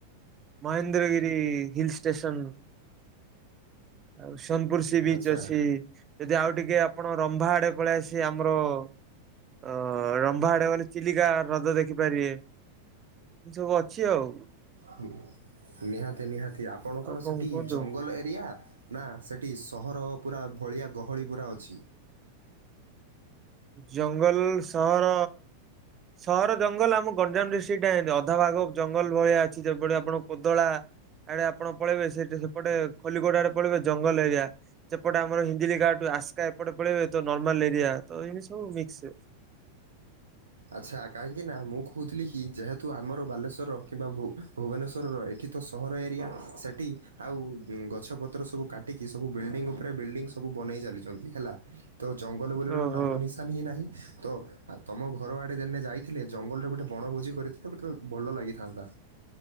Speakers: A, on the right; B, on the right.
A: Mahendragiri hill station ଆଉ ସୋନପୁର ସି ବିଚ୍
B: ଆଚ୍ଛା
A: ଅଛି। ଯଦି ଆଉ ଟିକେ ଆ ଆପଣ ରମ୍ଭା ଆଡ଼େ ପଳେଇ ଆସି ଆମର ହ-ଅ, ରମ୍ଭା ଆଡେ ମାନେ ଚିଲିକା ହ୍ରଦ ଦେଖିପାରିବେ। ଏ ସବୁ ଅଛି ଆଉ।
B: ହୁଁ, ନିହାତି ନିହାତି ଆପଣଙ୍କର
A: ଆଉ କଣ
B: ସେଠି
A: କୁହନ୍ତୁ
B: ଜଙ୍ଗଲ ଏରିଆ ନା ସେଟି ସହର ପୁରା ଭଳିଆ ଗହଳି ପୁରା ଅଛି?
A: ଜଙ୍ଗଲ ସହର ସହର ଜଙ୍ଗଲ ଆମକ ଗଞ୍ଜାମ ଡିଷ୍ଟ୍ରିକ୍ଟ ଟା ଏମତି ଅଧାଭାଗ ଜଙ୍ଗଲ ଭଳିଆ ଅଛି। ଯେଭଳି ଆପଣ ଓଦଳା ଆଡେ ଆପଣ ପଳେଇବେ ସେଟି ସେପଟେ ଖଲିକୋଡ ଆଡେ ପଳେଇବେ ଜଙ୍ଗଲ ଏରିଆ। ସେପଟେ ଆମର ହିଞ୍ଜିଳିକାଟୁ ଆସ୍କା ଏପଟେ ପଳେଇବେ ତ ନର୍ମାଲ ଏରିଆ ତ ଏମିତି ସବୁ ମିକ୍ସ।
B: ଆଚ୍ଛା କାହିଁକି ନା ମୁଁ କହୁଥିଲି କି ଯେହେତୁ ଆମର ବାଲେଶ୍ୱର କିମ୍ବା ଭୁ-ଭୁବନେଶ୍ୱରର ଏଠି ତ ସହର ଏରିଆ ସେଟି ଆଉ ଜୁଁ ଗଛପତ୍ର ସବୁ କାଟିକି ସବୁ ବିଲ୍ଡିଙ୍ଗ ଉପରେ ବିଲ୍ଡିଙ୍ଗ ସବୁ ବନେଇ ଚାଲିଛନ୍ତି ହେଲା। ତ ଜଙ୍ଗଲ ବୋଲିର
A: ଓହୋ
B: ନାମ ନିଶାନ ହିଁ ନାହିଁ ତ ଆ, ତୋମ ଘ ଘର ଆଡ଼େ ଦେନେ ଯାଇଥିଲେ ଜଙ୍ଗଲରେ ଗୋଟେ ବଣଭୋଜି କରିଥିଲେ ଗୋଟେ ଭଲ ଲାଗିଥାନ୍ତା।